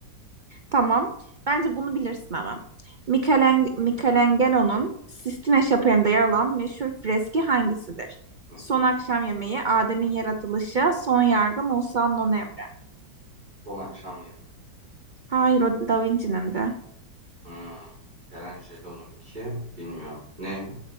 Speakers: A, on the right; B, on the right.
A: Tamam. Bence bunu bilirsin ama. Michelen- Michelangelo'nun Sistine
B: Hı
A: Şapeli'nde yer alan meşhur freski hangisidir?
B: hı.
A: Son akşam yemeği, Adem'in yaratılışı, son yargı, Musa'nın on emri.
B: Son akşam yemeği.
A: Hayır o Da Vinci'nin de.
B: Hmm. Michelangelo'nunki bilmiyorum. Ne?